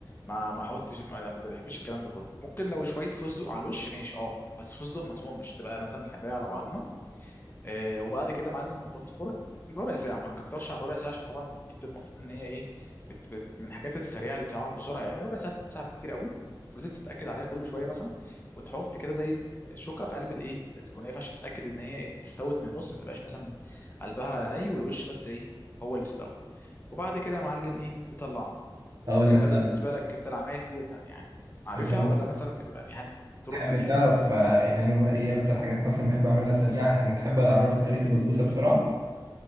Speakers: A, on the left (about 25°); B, on the right (about 45°).
A: ما ما حاولتش ما ما بحبش الكلام ده كله ممكن لو شويه فستق على الوش ماشي اه بس فستق مطحون مش تبقى مثلا الحبايه على بعضيها آه، وبعد كده يا معلم حطها في الفرن ربع ساعة ما تكترش عن ربع ساعة عشان طبعا دي بتبقى المفروض ان هي ايه بت بت من الحاجات السريعة اللي بتتعمل بسرعة يعني ربع ساعة تلت ساعة كتير قوي لازم تتأكد عليها كل شوية مثلا وتحط كده زي الشوكة في قلب الايه الكنافة عشان تتأكد ان هي استوت من النص ما تبقاش مثلا قلبها ني والوش بس ايه هو اللي استوى وبعد كده يا معلم ايه تطلعه
B: اقول
A: انت
B: لك
A: بالنسبة
B: طيب
A: لك انت العمايل دي يعني عارفها
B: أقول لك.
A: ولا مثلا بتبقى في حد طرق
B: تحب
A: تانية
B: تعرف آه، يعني انا ايه اكتر حاجات مثلا بحب اعملها سريعه يعني تحب اعرفك طريقه البسبوسه بسرعه